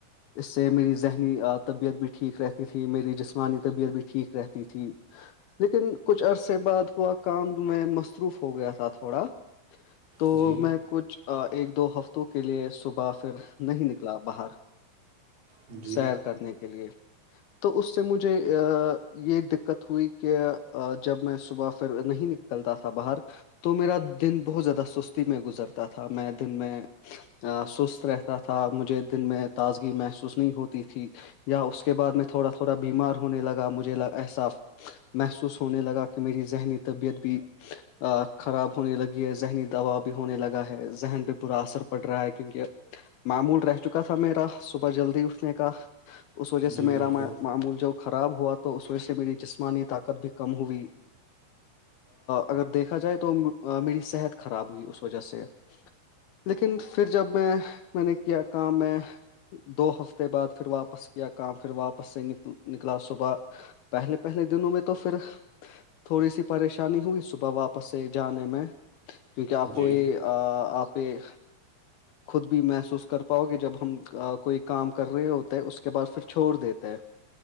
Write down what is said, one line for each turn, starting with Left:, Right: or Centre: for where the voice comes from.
Left: اس سے میری ذہنی طبیعت بھی ٹھیک رہتی تھی میری جسمانی طبیعت بھی ٹھیک رہتی تھی لیکن کچھ عرصے بعد ہوا کام میں مصروف ہو گیا تھا تھوڑا تو
Right: جی
Left: میں کچھ ایک دو ہفتوں کے لیے صبح پھر نہیں نکلا باہر
Right: جی
Left: سیر کرنے کے لیے تو اس سے مجھے یہ دقت ہوئی کہ جب میں صبح پھر نہیں نکلتا تھا باہر تو میرا دن بہت زیادہ سستی میں گزرتا تھا میں دن میں سست رہتا تھا مجھے دن میں تازگی محسوس نہیں ہوتی تھی یا اس اس کے بعد میں تھوڑا تھوڑا بیمار ہونے لا مجھے احساس محسوس ہونے لگا کہ میری ذہنی طبیعت بھی خراب ہونے لگی ہے ذہنی دباؤ بھی ہونے لگا ہے ذہن پہ برا اثر پڑ رہا ہے کیونکہ معمول رہ چکا تھا میرا صبح جلدی اٹھنے کا اس وجہ
Right: جی
Left: سے میرا
Right: بالکل
Left: معمول جو خراب ہوا تو اس وجہ سے میری جسمانی طاقت بھی کم ہوئی اگر دیکھا جائے تو میری صحت خراب ہوئی اس وجہ سے لیکن پھر جب میں میں نے کیا کام میں دو ہفتے بعد پھر واپس یا کام پھر واپس سے نک نکلا صبح پہلے پہلے دنوں میں تو پھر تھوڑی سی پریشانی ہوئی صبح واپس سے جانے میں کیونکہ آپ
Right: جی
Left: کو یہ آپ یہ خود بھی محسوس کر پاؤ گے جب ہم کوئی کام کر رہے ہوتے ہیں اس کے بعد پھر چھوڑ دیتے ہے